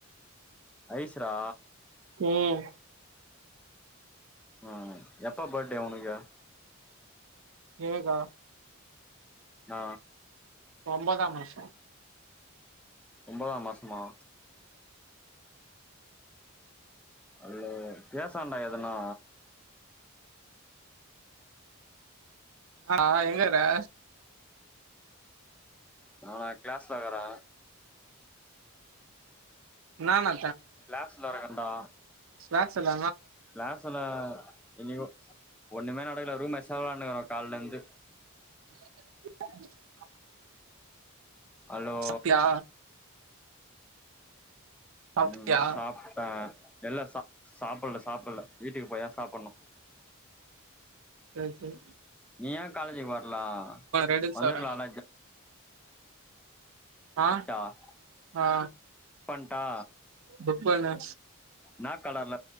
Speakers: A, in the centre; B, on the right (about 65°).
A: ஐஸ்டா
B: உம்
A: உம் எப்ப பர்த்டே உனக்கு
B: ஏனக்கா
A: ஆ
B: ஒம்பதாம் மாசம்
A: ஒம்பதாம் மாசமா இல்ல பேசேண்டா எதனா
B: ஆ எங்கடா
A: நானா கிளாஸ்ல இருக்கறே
B: நானா
A: கிளாஸ்ல இருக்கேன்டா
B: க்ளாஸ்ல
A: க்லாஸ்ல இனிகொ ஒண்ணுமே நடக்கல ரூம்மெட்ச்தா வெலான்டுனுக்கிறோ கால்ல இருந்து
B: <unintelligible>
A: அலோ
B: சாப்ட்டியா சாப்ட்டியா
A: உம் சாப்டே இல்ல சாப்பிடல சாப்பிடல வீட்டுக்கு போய்தா சாப்பிடணு
B: சரி சரி
A: நீ ஏ காலேஜுக்கு வரலா
B: ரெடில்ஸ்
A: வந்துரலால
B: வரே ஆ
A: புக்
B: ஆ
A: பண்ட்டா
B: புக்பண்ணு
A: நா கலர்ல